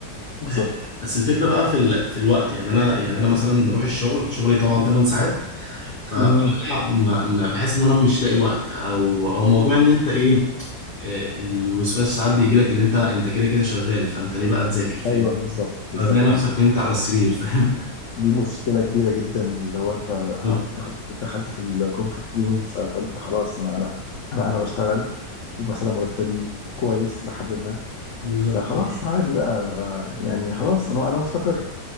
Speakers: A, on the left (about 80°); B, on the left (about 45°).
A: بالظبط
B: آه، بس الفكرة بقى في ال... في الوقت يعني انا يعني انا مثلا بروح الشغل شغلي طبعا 8 ساعات فبرجع
A: امم
B: ما... ما بحس ان انا مش لاقي وقت او او موضوع ان انت ايه آه، الوسواس ساعات بيجي لك ان انت انت كده كده شغال فانت ليه بقى تذاكر فاهم
A: ايوه بالظبط بالظبط
B: فهتلاقي نفسك نمت على السرير فاهم
A: دي مشكله كبيره جدا اللي هو انت قعدت
B: <laughs>
A: دخلت في الكومفورت زون ف- فانت خلاص انا انا انا انا بشتغل ومثلا مرتبي كويس لحد ما
B: بالظبط
A: فخلاص مم. عادي بقى يعني خلاص انا انا مستقر